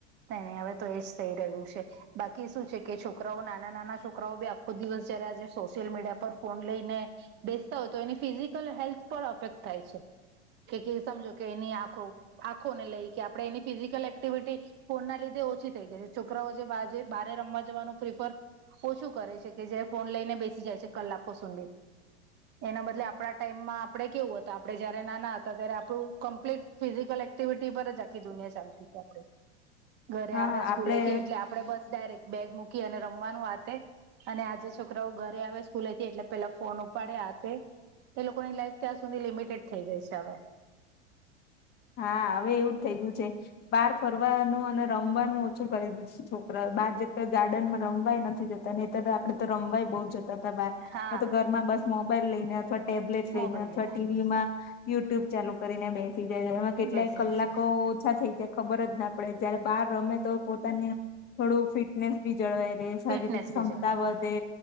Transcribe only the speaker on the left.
હા
આપડે
હા, હવે એવુંજ થઇ ગયું છે. બહાર ફરવાનું અને રમવાનું ઓછું કરી દીધું છોકરા બહાર જ ગાર્ડનમાં રમવાય નથી જતા ને તદા આપદે તો રમવાય બહુ જ તતા બાર
આ તો ઘરમાં બસ મોબાઈલ લઈને અથવા ટેબ્લેટ
લઈને અથવા ટી વી માં યુટ્યુબ ચાલુ કરીને બેસીથી જાય છે એમાં કેટલાય
કલાકો
ઓછા થઇ જાય. ખબર જ ના પડે જયારે બહાર રમે તો પોતાને થોડું ફિટનેસ ભી જળવાઈ રહે. શારીરિક
ક્ષમતા
વધે